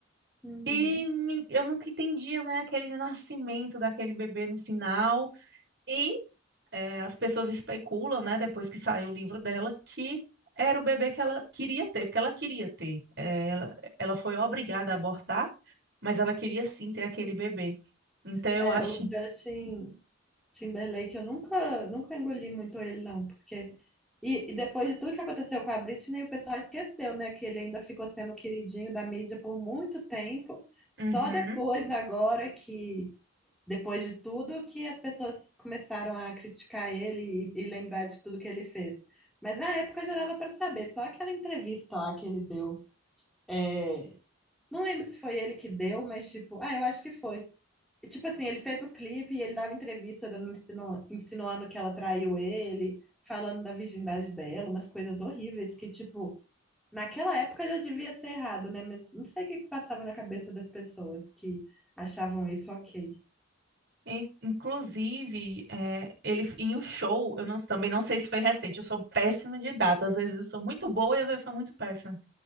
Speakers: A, in the centre; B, on the right.
A: Uhum.
B: E me- eu nunca entendia, né, aquele nascimento daquele bebê no final. E é, as pessoas especulam, né, depois que saiu o livro dela, que era o bebê que ela queria ter, porque ela queria ter. É, ela, ela foi obrigada a abortar, mas ela queria sim ter aquele bebê. Então eu
A: É,
B: acho.
A: o Justin. Timberlake, eu nunca, nunca engoli muito ele, não, porque. E, e depois de tudo que aconteceu com a Britney, o pessoal esqueceu, né, que ele ainda ficou sendo o queridinho da mídia por muito tempo. Só
B: Uhum.
A: depois, agora que. Depois de tudo, que as pessoas começaram a criticar ele e, e lembrar de tudo que ele fez. Mas na época já dava para saber, só aquela entrevista lá que ele deu. é, Não lembro se foi ele que deu, mas tipo, ah, eu acho que foi Tipo assim, ele fez o clipe e ele dava entrevista dando- insinu- insinuando que ela traiu ele, falando da virgindade dela, umas coisas horríveis que, tipo, naquela época já devia ser errado, né? Mas não sei o que que passava na cabeça das pessoas que achavam isso ok.
B: In- Inclusive, eh, ele em um show, eu não- também não sei se foi recente, eu sou péssima de data, às vezes eu sou muito boa e às vezes eu sou muito péssima.